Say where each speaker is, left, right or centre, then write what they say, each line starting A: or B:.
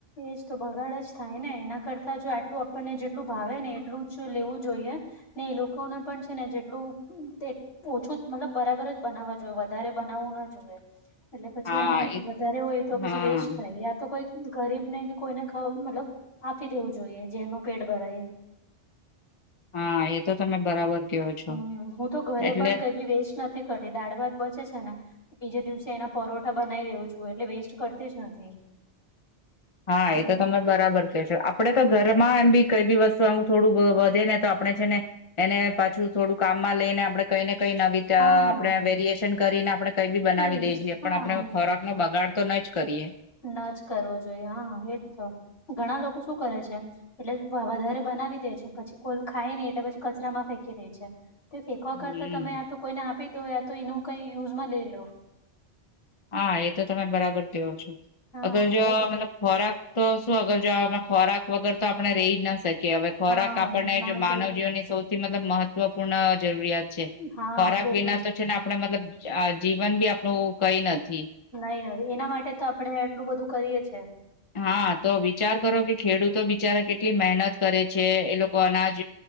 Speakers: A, on the left; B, on the left.
A: એજ તો બગાડ જ થાય ને એના કરતા જો આટલું આપણને જેટલું ભાવે ને એટલું જ લેવું જોઈએ. ને એ લોકોને પણ છે ને જેટલું. ઓછું જ મતલબ બરાબર જ બનાવવા જોઈએ વધારે બનાવવું ના જોએ. એટલે પછી
B: હા
A: એમ
B: એ
A: વધારે હોય તો
B: હા
A: પછી વેસ્ટ થાય. યા તો કોઈ ગરીબ ને કે કોઈને ખવ મતલબ આપી દેવું જોઈએ જેનું પેટ ભરાય.
B: હા એ તો તમે બરાબર. કહો છો
A: હમ હું તો ઘરે
B: એટલે
A: પણ કદી વેસ્ટ નથી કરતી દાળ ભાત બચે છે ને. બીજે દિવસે એના પરોઠા બનાવી દેઉ છું એટલે વેસ્ટ કરતી જ નથી.
B: હા
A: હમ
B: એ તો તમાર. બરાબર કે છો આપડે કે ઘરમાં એમ બી કઈ બી વસ્તુ આવું થોડું વધે ને તો આપડણે છે ને. એને પાછું થોડું કામમાં લઈને આપડણે કઈ ને કઈ નવીત
A: હા
B: આપણે વેરિએશન કરીને આપણે કઈ બી બનાવી
A: એજ
B: દે જે
A: હા
B: પણ આપણે ખોરાક નો બગાડ તો ન જ કરીએ.
A: ના જ કરવો જોઈએ હા એજ તો ઘણા લોકો શું કરે છે. એટલે વધારે બનાવી દે છે પછી કોલ ખાય નને એટલે પછી કચરામાં ફેંકી દે છે. તે ફેંકવા
B: હમ
A: કરતા તમે આ તો કોઈને આપી દો આ તો એનું કઈ યુઝ માં લઈ લો.
B: હા એ તો તમે બરાબર તેવો છો
A: હા
B: અગર જો
A: એજ
B: મતલબ. ખોરાક તો શું અગર જો આપણા ખોરાક વગર તો આપણે રહી જ ના શકીએ હવે. ખોરાક
A: હા
B: આપણને
A: નાચ
B: જો માનવ જીવનની સૌથી મતલબ મહત્વ. મહવપૂર્ણ જરૂરિયાત છે
A: હા
B: ખોરાક
A: ખુબ
B: વિના
A: જ
B: તો છે ને આપડે મતલબ આ જીવન બી આપણું કઈ નથી
A: નઈ ન એના માટે તો આપડે એટલું બધું કરીએ છે.
B: હા તો વિચાર કરો કે ખેડૂતો બિચારા કેટલી મહેનત કરે છે એ લોકો અનાજ